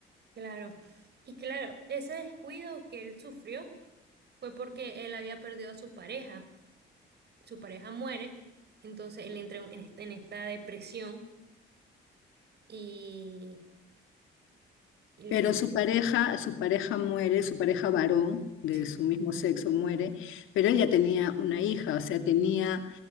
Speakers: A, on the right; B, on the left.
A: Claro. Y claro, ese descuido que él sufrió fue porque él había perdido a su pareja. su pareja muere, entonces él entra en esta, en esta depresión y, y-
B: Pero
A: y-
B: su pareja, su pareja muere, su pareja varón de
A: sí,
B: su mismo sexo muere, pero él ya tenía una hija, o sea, tenía